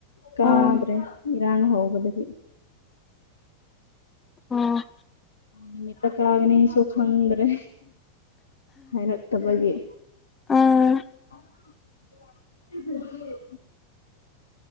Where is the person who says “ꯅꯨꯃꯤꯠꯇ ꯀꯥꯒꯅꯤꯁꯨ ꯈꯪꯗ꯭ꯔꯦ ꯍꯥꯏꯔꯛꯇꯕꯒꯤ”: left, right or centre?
Left